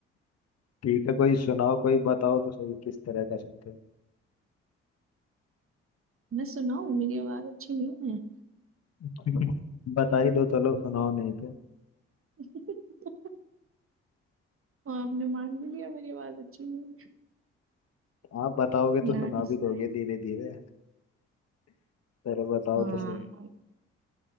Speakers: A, on the left; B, on the right.
A: ठीक है कोई सुनाओ कोई बताओ तो सही किस तरह का सुनते हो
B: मैं सुनाऊँ मेरी आवाज अच्छी नहीं है
A: <laughs> बता ही दो चलो सुनाओ नहीं तो
B: <laughs> और आपने मान भी लिया मेरी आवाज अच्छी नहीं है
A: आप बताओगे
B: Nice
A: तो सुना भी
B: nice
A: दोगे धीरे धीरे चलो बताओ
B: हाँ
A: तो सही